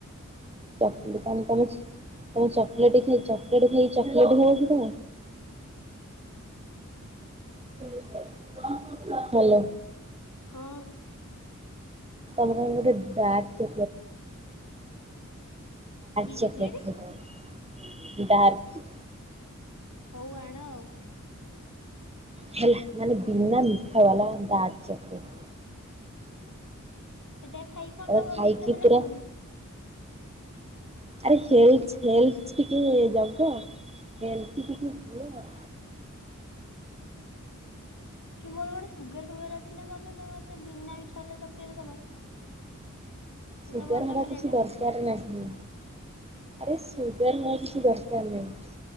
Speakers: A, on the right; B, on the left.
A: <unintelligible> ଚପଲେଟ ଆ ତମ <unintelligible> ତମେ ଚକଲେଟ ଖାଇ ଚକଲେଟ ଖାଇ ଚକଲେଟ ହବ କି ତ। <unintelligible> ହ ହ୍ୟାଲୋ।
B: ହଁ।
A: ଆଟ <unintelligible> ହେଲା। ଡାର୍କ
B: କି
A: ଚକଲେଟ୍
B: ଚକୋଲେଟ୍
A: ଖାଇଦେଵବ ଡାର୍କ
B: ହଉ ଆଣ ଆଉ?
A: ହେଲା ମାନେ ବିନା ମିଠା ବାଲା ଡାର୍କ ଚକଲେଟ।
B: ସେଟା ଖାଇକି କଣ
A: ତମେ
B: ଲାଗିବ
A: ଖାଇକି
B: ମିଠା ତ
A: ପୁରା
B: ଲାଗିବନି?
A: ଆରେ ହେଲ୍ଥ ଟିକେ ଜଗ? ହେଲଥ୍ ବି ଠିକ <unintelligible>
B: କି ମୋର ଗୋଟେ ସୁଗାର ଫୁଗାର ଅଛି ନା କଣ ତ ମତେ ବିନା ମିଠା ବାଲା ଚକଲେଟ ଦବ। ମୁଁ
A: ସୁଗାର
B: ତ ଭଲ
A: ହବା
B: ପିଲାଟା
A: କିଛି ଦରକାର ନାହି। ଆରେ ସୁଗାର ନ କିଛି ଦରକାର ନାହିଁ?